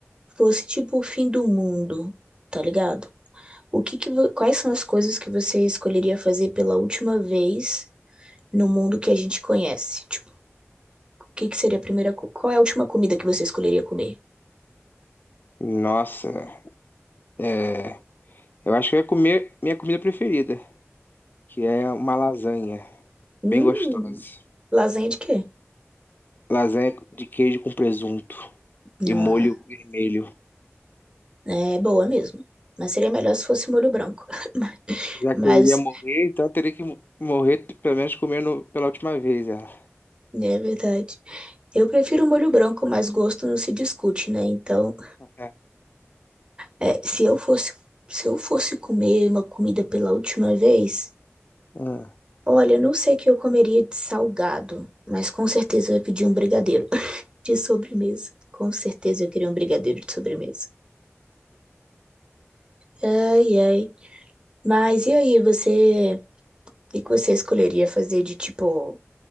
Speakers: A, on the right; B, on the left.
A: fosse tipo o fim do mundo, tá ligado? O que que, vo- quais são as coisas que você escolheria fazer pela última vez no mundo que a gente conhece? Tipo, o que que seria a primeira, co- qual é a última comida que você escolheria comer?
B: Nossa, é, eu acho que eu ia comer minha comida preferida, que é uma lasanha,
A: Hum,
B: bem gostosa.
A: lasanha de quê?
B: Lasanha de queijo com presunto
A: Não,
B: e molho vermelho.
A: é boa mesmo. Mas seria melhor se fosse molho branco. <laughs>
B: Já
A: Mas
B: que eu iria morrer, então eu teria que mo- morrer pelo menos comendo pela última vez ela.
A: né, É verdade. Eu prefiro um molho branco, mas gosto não se discute, né? Então,
B: É.
A: é, se eu fosse, se eu fosse comer uma comida pela última vez,
B: Ah.
A: olha, eu não sei o que eu comeria de salgado, mas com certeza eu ia pedir um brigadeiro <laughs> de sobremesa. Com certeza eu queria um brigadeiro de sobremesa. Ai, ai. Mas e aí, você, o que que você escolheria fazer de tipo,